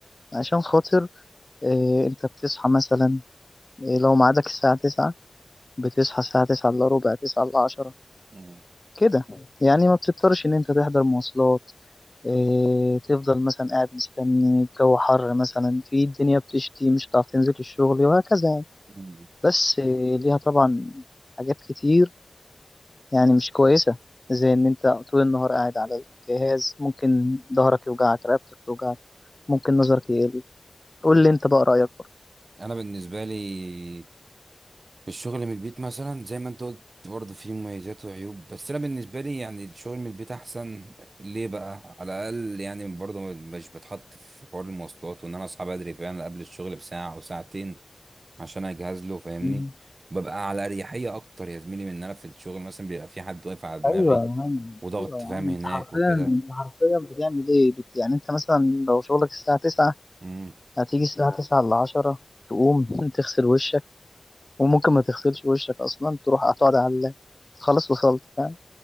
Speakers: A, on the left; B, on the right.
A: عشان خاطر إيه انت بتصحى مثلا إيه لو ميعادك الساعه 9 بتصحى الساعه 9 الا ربع 9 الا 10
B: مم.
A: كده يعني ما بتضطرش ان انت تحضر مواصلات إيه، تفضل مثلا قاعد مستني الجو حر مثلا في الدنيا بتشتي مش هتعرف تنزل الشغل وهكذا يعني
B: مم.
A: بس إيه، ليها طبعا حاجات كتير يعني مش كويسة زي إن أنت طول النهار قاعد على الجهاز ممكن ظهرك يوجعك رقبتك توجعك ممكن نظرك يقل قول لي أنت بقى رأيك برضه
B: انا بالنسبة لي الشغل من البيت مثلا زي ما انت قلت برضه فيه مميزات وعيوب بس انا بالنسبة لي يعني الشغل من البيت احسن ليه بقى على الاقل يعني برضه مش بتحط في حوار المواصلات وان انا اصحى بدري فعلا قبل الشغل بساعة او ساعتين عشان اجهز له فاهمني
A: مم.
B: ببقى على اريحيه اكتر يا زميلي من ان انا في الشغل مثلا بيبقى في حد واقف على دماغي
A: ايوه يا عم
B: وضغط
A: أيوة يا
B: فاهم
A: عم أنت
B: هناك
A: حرفيا
B: وكده
A: أنت حرفيا بتعمل إيه بت... يعني أنت مثلا لو شغلك الساعة تسعة
B: امم
A: هتيجي الساعة تسعة لعشرة تقوم <laughs> تغسل وشك وممكن ما تغسلش وشك اصلا تروح هتقعد على اللاب خلاص وصلت فاهم